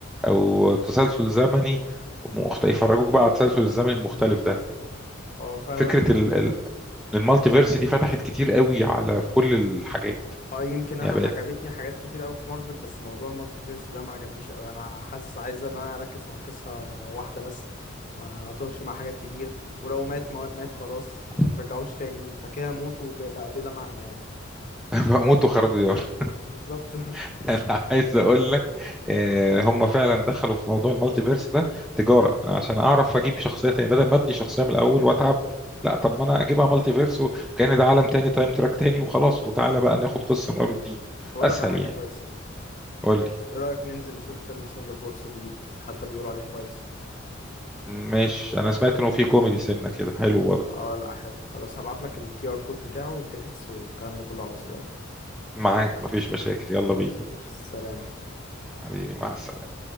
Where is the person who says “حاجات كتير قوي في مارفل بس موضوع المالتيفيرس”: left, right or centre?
Left